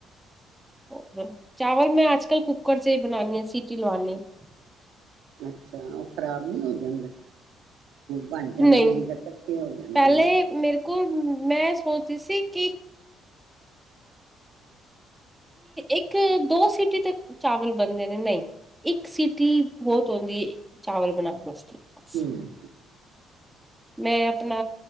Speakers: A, in the centre; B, on the right (about 80°).
A: ਹੋਰ ਚਾਵਲ ਮੈਂ ਅੱਜ-ਕੱਲ ਕੁੱਕਰ ਚ ਹੀ ਬਣਾਉਣੀ ਆਂ ਸੀਟੀ ਲਵਾਣੀ ਹਾਂ।
B: ਅੱਛਾ, ਉਹ ਖ਼ਰਾਬ ਨੀ ਹੋ ਜਾਂਦੇ। ਬਣ ਜਾਂਦੇ
A: ਨਹੀਂ
B: ਆ ਜ ਇਕਠੇ ਹੋ ਜਾਂਦੇ
A: ਪਹਿਲੇ
B: ਨੇ
A: ਮੇਰੇ ਕੋਲ ਮੈਂ ਸੋਚਦੀ ਸੀ ਕਿ-ਕਿ ਇੱਕ ਦੋ ਸੀਟੀ ਤੇ ਚਾਵਲ ਬਣਦੇ ਨੇ, ਨਹੀਂ ਇੱਕ ਸੀਟੀ ਬਹੁਤ ਹੁੰਦੀ ਹੈ ਚਾਵਲ ਬਣਾਉਣ ਵਾਸਤੇ। ਬਸ
B: ਹੁੰ-ਹੁੰ
A: ਮੈਂ ਆਪਣਾ